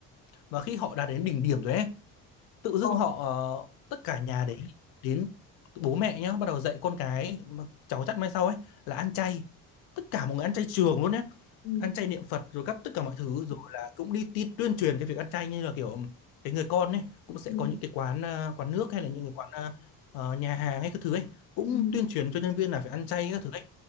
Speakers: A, on the left; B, on the left.
A: và khi họ đạt đến đỉnh điểm rồi ấy tự dưng
B: ừ
A: họ ờ, tất cả nhà đấy đến bố mẹ nhá bắt đầu dạy con cái mà cháu chắt mai sau ấy là ăn chay tất cả mọi người ăn chay trường luôn nhé.
B: ừ
A: ăn chay niệm Phật rồi các tất cả mọi thứ rồi là cũng đi, ti- tuyên truyền cái việc ăn chay như là kiểu cái người con ấy cũng sẽ
B: ừ
A: có những cái quán ờ, quán nước hay là những cái quán ờ, ờ, nhà hàng hay các thứ ấy cũng
B: ừ
A: tuyên truyền cho nhân viên là phải ăn chay các thứ ấy